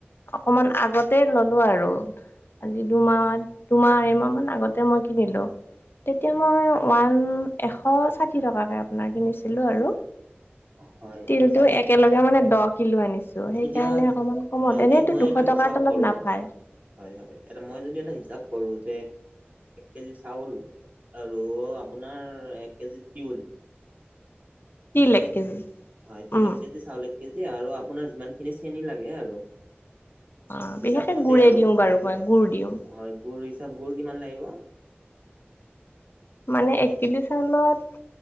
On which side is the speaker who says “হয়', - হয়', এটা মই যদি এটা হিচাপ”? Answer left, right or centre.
Right